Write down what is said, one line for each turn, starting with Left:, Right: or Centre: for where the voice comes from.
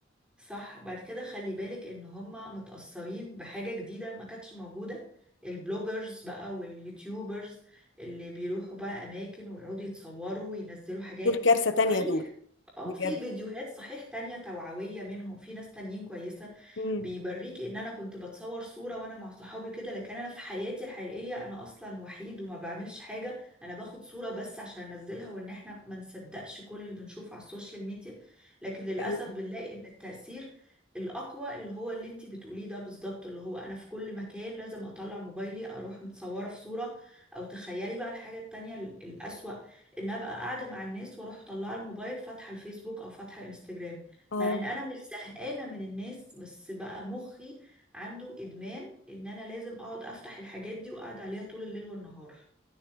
Centre: صح بعد كده خلي بالك ان هما متأثرين بحاجة جديدة ما كانتش موجودة البلوجرز بقى واليوتيوبرز اللي بيروحوا بقى اماكن ويقعدوا يتصوروا وينزلوا حاجات
Left: دول كارثه تانية
Centre: صحيح
Left: دول
Centre: اه
Left: بجد
Centre: في فيديوهات صحيح تانية توعوية منهم في ناس تانيين كويسة
Left: امم
Centre: بيوريكي ان انا كنت بتصور صورة وانا مع صحابي كده لكن انا في حياتي الحقيقية انا اصلا وحيد وما بعملش حاجة انا باخد صورة بس عشان انزلها وان احنا ما نصدقش كل اللي بنشوفه على السوشيال ميديا لكن للأسف
Left: ايوه
Centre: بنلاقي ان التأثير الأقوى اللي هو اللي انتي بتقوليه ده بالظبط اللي هو انا في كل مكان لازم اطلع موبايلي اروح متصورة في صورة او تخيلي بقى الحاجة التانية الأسوأ ان ابقى قاعده مع الناس واروح طالعه الموبايل فاتحه الفيسبوك او فاتحه الانستجرام
Left: اه
Centre: مع ان انا مش زهقانه من الناس بس بقى مخي عنده ادمان ان انا لازم اقعد افتح الحاجات دي واقعد عليها طول الليل والنهار